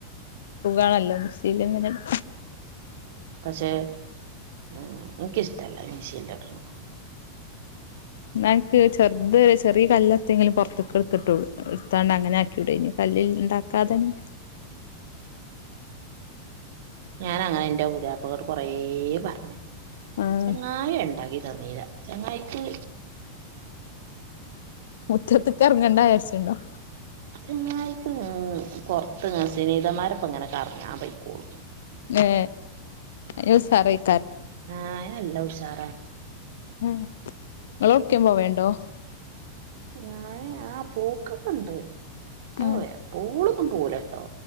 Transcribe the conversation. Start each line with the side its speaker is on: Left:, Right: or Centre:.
Left: സുഖാണല്ലോ മിഷീലങ്ങനെ എടു
Right: പക്ഷെ ഏ എനിക്കിഷ്ടല്ല മെശീലിലാട്ടിണ്
Left: ഇന്നാക്ക് ചെറുത് ചെറിയ കല്ലെടുത്തെങ്കിലും പൊറത്തിക്ക് എടുത്തിട്ടോളു എടുത്താണ്ട് അങ്ങനെ ആക്കിയുടെനു കല്ലി ഇണ്ടാക്കാതന്നെ.
Right: ഞാൻ അങ്ങനെ എന്റെ പുതിയാപ്പളോട് കൊറേ പറഞ്ഞ്.
Left: ആഹ്
Right: ചെങ്ങായിണ്ടാക്കി തന്നീല ചങ്ങായിക്ക്
Left: മുറ്റത്തേക്കെറങ്ങണ്ടാ വിചാരിച്ച് ഇണ്ടോ?
Right: ചെങ്ങായിക്ക് ഉം പൊറത്ത് ഇങ്ങനെ സനേഹിതമാരൊപ്പൊ ഇങ്ങനെ കറങ്ങാ പൊയിക്കോളൂ.
Left: ഏ ഈ ഉസാറായി.
Right: ആ അയ്‌ന് നല്ല ഉഷാറാ.
Left: ഉം ഇങ്ങളൊട്ക്കേം പോവേണ്ടോ?
Right: ഞാന് ആ പോക്കൊക്കെണ്ട് ക്ഷേ
Left: ഏഹ്
Right: എപ്പോളൊന്നും പോവൂലട്ടോ.